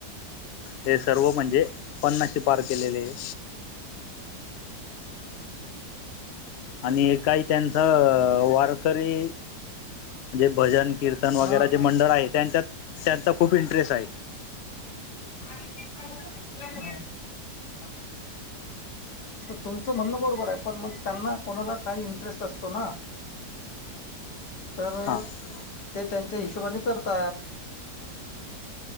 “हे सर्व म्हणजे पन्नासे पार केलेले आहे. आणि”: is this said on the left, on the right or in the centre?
Left